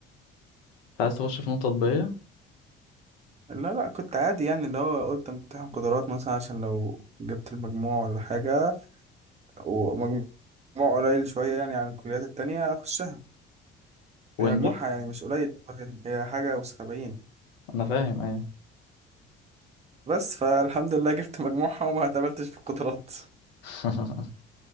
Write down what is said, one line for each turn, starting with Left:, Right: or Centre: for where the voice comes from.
Left: عايز تخش فنون تطبيقية
Right: لا لا كنت عادي يعني اللي هو قلت امتحن قدرات مثلا عشان لو جبت المجموع ولا حاجة ومجموع قليل شوية يعني عن الكليات التانية أخشها
Left: ونجح
Right: هي مجموعها يعني مش قليل هي حاجة وسبعين
Left: انا فاهم ايه
Right: بس فالحمد لله جبت مجموعها وما اتقبلتش في القدرات
Left: <laughs>